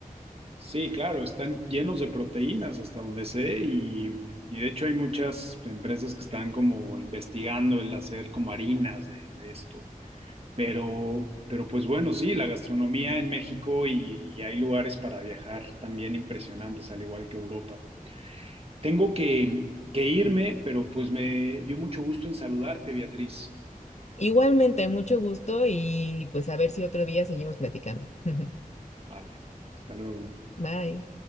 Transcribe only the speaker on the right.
Sí, claro, están llenos de proteínas hasta donde sé y, y de hecho hay muchas empresas que están como investigando el hacer como harinas de, de esto. Pero, pero pues bueno, sí, la gastronomía en México y, y hay lugares para viajar también impresionantes, al igual que Europa. Tengo que, que irme, pero pues me dio mucho gusto en saludarte, Beatriz.
Vale, hasta luego.